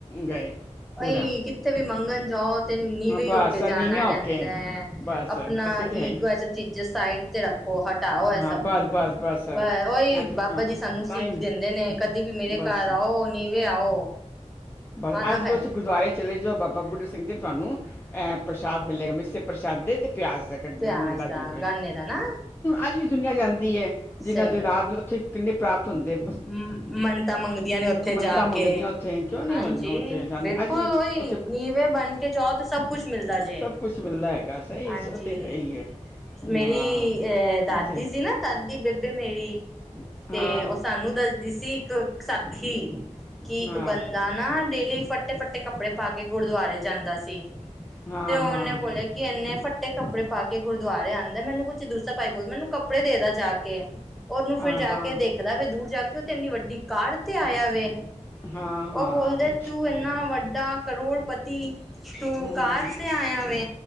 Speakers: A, on the left; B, in the centre.
A: ਗਏ। ਪੂਰਾ
B: ਓਈ ਕਿੱਥੇ ਵੀ ਮੰਗਣ ਜਾਓ ਤੇ ਨੀਵੇਂ
A: ਹਾਂ, ਬਸ
B: ਈ ਹੋ ਕੇ ਜਾਨਾ
A: ਨੀਵੇਂ ਹੋ
B: ਰੈਂਦਾ
A: ਕੇ
B: ਐ।
A: ਬਸ
B: ਆਪਨਾ
A: ਅਸੀਂ ਤੇ ਹੈ
B: ਈਗੋ
A: ਹੀ।
B: ਐ ਸਭ ਚੀਜਾਂ ਸਾਈਡ ਤੇ ਰੱਖੋ, ਹਟਾਓ ਐ
A: ਹਾਂ
B: ਸਭ
A: ਬਸ
B: ਨੂੰ
A: ਬਸ ਬਸ ਐਂ
B: ਓਈ
A: ਥੋ-
B: ਬਾਬਾ
A: ਹਾਂ,
B: ਜੀ ਸਾਨੂੰ
A: ਤਾਂ
B: ਸੀਖ
A: ਹੀ
B: ਦੇਂਦੇ ਨੇ। ਕਦੀ ਵੀ ਮੇਰੇ
A: ਬਸ
B: ਘਰ ਆਓ, ਨੀਵੇਂ ਆਓ।
A: ਔਰ
B: ਹਨਾ
A: ਅੱਜ
B: ਭੈਣ
A: ਵੀ ਓਸ ਗੁਰਦੁਆਰੇ ਚਲੇ ਜਾਓ, ਬਾਬਾ ਬੁੱਢਾ ਸਿੰਘ ਜੀ ਤੁਆਨੂੰ ਐ ਪ੍ਰਸ਼ਾਦ ਮਿਲੇਗਾ, ਮਿੱਸੇ ਪ੍ਰਸ਼ਾਦੇ ਤੇ ਪਿਆਜ਼ ਦਾ ਕੱਟਣਾ
B: ਪਿਆਜ
A: ਮਿਲਦਾ
B: ਦਾ
A: ਜਰੂੂਰ ਏ।
B: ਗਾਨੇ ਦਾ ਨਾ
A: ਅੱਜ ਵੀ ਦੁਨੀਆ ਜਾਂਦੀ ਐ, ਜਿੰਨ੍ਹਾਂ
B: ਸਹੀ
A: ਦੀ ਔਲ਼ਾਦ ਨੀ ਓਥੇ ਕਿੰਨੇ ਪ੍ਰਾਪਤ ਹੁੰਦੈ।
B: ਮ ਮੰਨਤਾਂ ਮੰਗਦੀਆਂ ਨੇ ਓਥੇ
A: ਮੰਨਤਾਂ
B: ਜਾ
A: ਮੰਗਦੀਆਂ
B: ਕੇ।
A: ਉੱਥੇ ਕਿਉਂ ਨਹੀਂ
B: ਹਾਂਜੀ,
A: ਹੁਣ ਉੱਥੇ ਜਾਂਦੀ
B: ਬਿਲਕੁਲ
A: ਅੱਜ ਵੀ
B: ਉਈ
A: ਉੱਥੇ
B: ਨੀਵੇਂ ਬਣ ਕੇ ਜਾਓ ਤੇ ਸਬ ਕੁਛ ਮਿਲਦਾ ਜੇ
A: ਸਭ ਕੁਝ ਮਿਲਦਾ ਹੈਗਾ ਸਹੀ
B: ਹਾਂਜੀ।
A: 'ਚ ਉਹ ਤੇ ਹੈ ਹੀ ਹੈ
B: ਮੇਰੀ
A: ਹਾਂ
B: ਏ ਦਾਦੀ
A: ਨਹੀਂ ਜਾ
B: ਸੀ ਨਾ ਦਾਦੀ ਬੇਬੇ ਮੇਰੀ
A: ਹਾਂ
B: ਤੇ ਓ ਸਾਨੂੰ ਦੱਸਦੀ ਸੀ ਇੱਕ ਸਾਖੀ। ਕਿ ਇੱਕ
A: ਹਾਂ
B: ਬੰਦਾ ਨਾ ਡੇਲੀ ਫੱਟੇ- ਫੱਟੇ ਕੱਪੜੇ ਪਾ ਕੇ ਗੁਰਦੁਆਰੇ ਜਾਂਦਾ ਸੀ।
A: ਹਾਂ
B: ਤੇ ਓਨੇ
A: ਹਾਂ
B: ਬੋਲਿਆ ਕਿ ਏਨੇ ਫੱਟੇ ਕੱਪੜੇ ਪਾ ਕੇ ਗੁਰਦੁਆਰੇ ਆਂਦੈ, ਮੈਨੂੰ ਕੁਛ ਦੂਸਾ ਭਾਈ ਬੋਲਦਾ ਮੈਨੂੰ ਕੱਪੜੇ ਦੇਦਾ ਜਾ ਕੇ। ਓਨੂੰ ਫਿਰ
A: ਹਾਂ
B: ਜਾ
A: ਹਾਂ
B: ਕੇ ਦੇਖਦਾ ਵੀ ਦੂਰ ਜਾ ਕੇ ਓ ਤੇ ਏਨੀ ਵੱਡੀ ਕਾਰ ਤੇ ਆਇਆ ਵੇ।
A: ਹਾਂ ਹਾਂ
B: ਓ ਬੋਲਦੇ ਤੂ ਏਨਾ ਵੱਡਾ ਕਰੋੜਪਤੀ ਤੂੰ
A: ਹੂੰ
B: ਕਾਰ ਤੇ ਆਇਆ ਵੇ?